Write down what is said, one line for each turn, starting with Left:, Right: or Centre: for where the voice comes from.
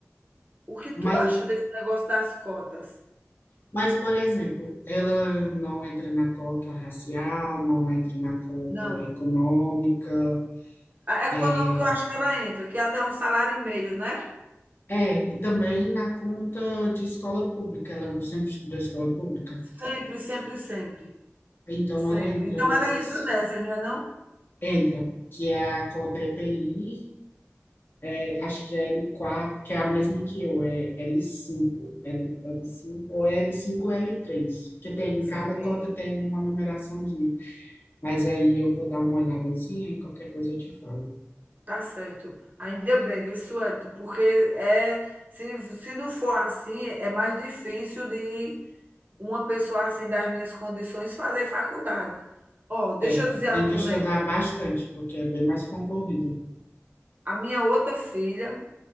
Right: O que tu
Left: Mas,
Right: acha desse negócio das cotas?
Left: mas, por exemplo, ela não entra na cota racial, não entra na cota
Right: Não.
Left: econômica.
Right: A econômica
Left: é,
Right: eu acho que ela entra, que é até um salário e meio, né?
Left: É, e também na conta de escola pública, ela não sempre estudou escola pública,
Right: Sempre, sempre, sempre,
Left: então
Right: sempre.
Left: ela entra
Right: Então
Left: nessas,
Right: ela entra nessa não é não?
Left: entra, que é a cota EPI, é, acho que é l quatro que é a mesma que eu, é L5, L, cinco l l 5 ou l cinco ou l três que tem, em cada
Right: Sim,
Left: cota tem uma numeraçãozinha, mas aí eu vou dar uma olhadazinha e qualquer coisa eu te falo.
Right: tá certo. Ainda bem, viu, Suelto? Porque é, se, se não for assim, é mais difícil de uma pessoa assim das minhas condições fazer faculdade. Ó, deixa
Left: É,
Right: eu dizer
Left: tem
Right: a tu
Left: que estudar
Right: um negócio.
Left: bastante, porque é bem mais concorrido,
Right: A minha outra filha,